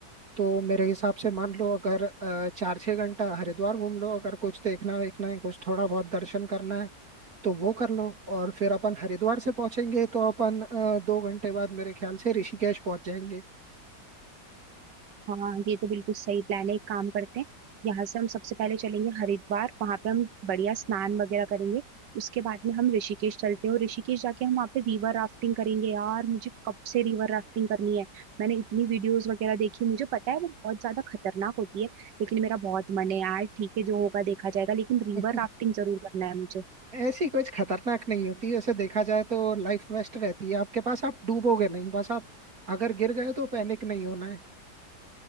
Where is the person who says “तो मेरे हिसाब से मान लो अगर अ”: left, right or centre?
Right